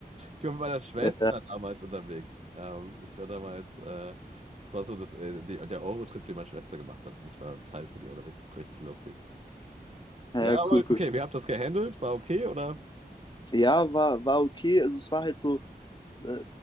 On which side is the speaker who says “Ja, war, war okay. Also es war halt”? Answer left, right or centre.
Left